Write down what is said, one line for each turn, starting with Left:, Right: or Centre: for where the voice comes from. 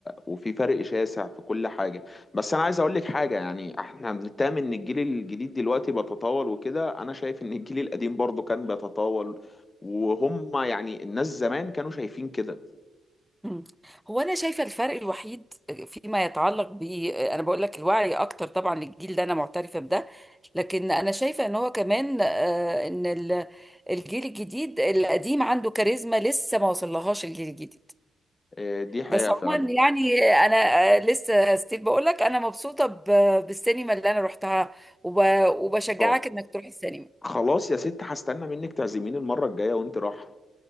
Left: وفي فرق شاسع في كل حاجة بس انا عايز اقول لك حاجة يعني احنا بنتهم ان الجيل الجديد دلوقتي بيتطاول وكده انا شايف ان الجيل القديم برضو كان بيتطاول وهم يعني الناس زمان كانوا شايفين كده
Centre: مم. هو انا شايفه الفرق الوحيد فيما يتعلق ب انا بقول لك الوعي اكتر طبعا للجيل ده انا معترفه بده لكن انا شايفه ان هو كمان آه، ان ال- الجيل الجديد القديم عنده كاريزما لسه ما وصلهاش الجيل الجديد
Left: آه، دي حقيقة
Centre: بس عموما
Left: فعلا
Centre: يعني انا آه، لسه ستيل بقول لك انا مبسوطه ب- بالسينما اللي انا رحتها وب- وبشجعك
Left: اه
Centre: انك تروح السينما
Left: خلاص يا ست هستنى منك تعزميني المرة الجاية وانت رايحة